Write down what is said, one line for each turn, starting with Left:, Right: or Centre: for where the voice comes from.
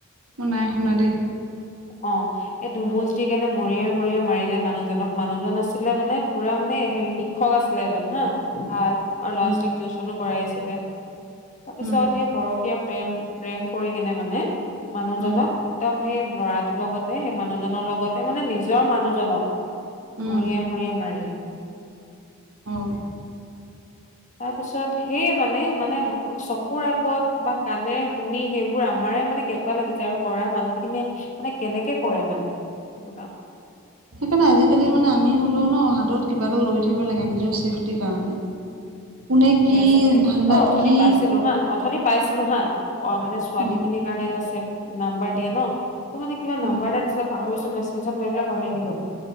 Right: মই নাই শুনা দেই।
Left: অ', এই ধুমুচ দি কেনে মৰিয়াই, মৰিয়াই মাৰিলে মানুহজনক, মানুহজন আছিলে মানে পুৰা মানে হে শিক্ষক আছিলে এজন হা। ভাল, আৰু ল'ৰা-ছোৱালীক
Right: উম
Left: টিউচনো কৰাইছিলে। তাৰপিছত
Right: উম
Left: সেই পৰকীয়া প্ৰেম-প্ৰেম কৰি কেনে মানে মানুহজনক
Right: উম
Left: একদম সেই ল'ৰাটোৰ লগতে, সেই মানুহজনৰ লগতে মানে নিজৰ মানুহজনক
Right: উম
Left: মৰিয়াই, মৰিয়াই মাৰিলে।
Right: অ'।
Left: তাৰপিছত সেয়েই মানে-মানে চকুৰ আগত বা কাণে শুনি সেইবোৰ আমাৰে মানে কিবা লাগি যায় আৰু কৰা মানুহখিনিয়ে মানে কেনেকে কৰে মানে, সেইটো কাম।
Right: সেইকাৰণে আজিকালি মানে আমি হ'লেও নহ, হাতত কিবা এটা লৈ থাকিব লাগে নিজৰ চেফটিৰ কাৰণে। কোনে
Left: <unintelligible>
Right: কি ধান্দাত
Left: অ', অথনি
Right: কি
Left: পাইছিলো হা? অথনি পাইছিলো হা, অ', মানে ছোৱালীখিনিৰ
Right: উম
Left: কাৰণে এটা চেফ নাম্বাৰ দিয়ে নহ? তোৰ মানে কিবা নাম্বাৰ
Right: উম
Left: এটা দিছিলে পাহৰিছো মই, স্ক্ৰীনশ্বট মাৰি পেলাই পাহৰি থাকিলোঁ।